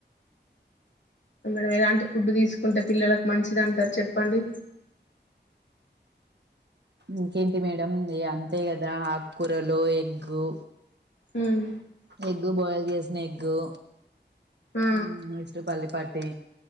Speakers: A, on the left; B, on the right.
A: మేడం ఎలాంటి ఫుడ్ తీసుకుంటే పిల్లలకు మంచిది అంటారు చెప్పండి
B: ఇంకేంటి మేడం అంతే కదా ఆకుకూరలు ఎగ్గు
A: ఉమ్
B: ఎగ్గు బాయిల్ చేస్త నెగ్గు
A: ఆ
B: ఉమ్ నెక్స్ పల్లి పటి